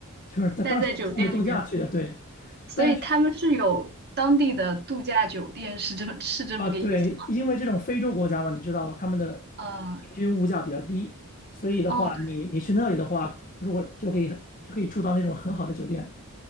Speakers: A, on the left; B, on the right.
A: 就是他当时冲着度假去的，
B: 待在酒店里面，
A: 对。
B: 所以他们是有当地的度假酒店，
A: 但是。
B: 是这么是这么个意思吗？
A: 啊，对，因为这种非洲国家嘛，你知道他们的平均物价比较低，
B: 嗯，
A: 所以的话，
B: 哦，对，
A: 你你去那里的话，如果就可以就可以住到那种很好的酒店，